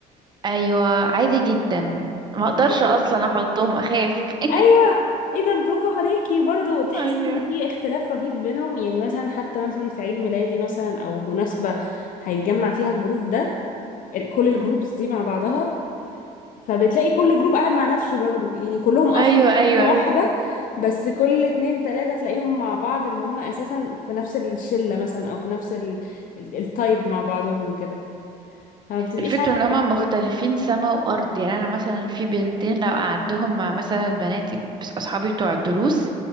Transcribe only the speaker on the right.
أيوة عادي جدا ما أقدرش
أصلا أحطهم أخاف <laughs>
أيوة
أمم.
أيوة أيوة
الفكرة
ان هما
مختلفين
سما وارض يعني انا مثلا في بنتين لو قعدتهم مع مثلا بناتي بس اصحابي بتوع الدروس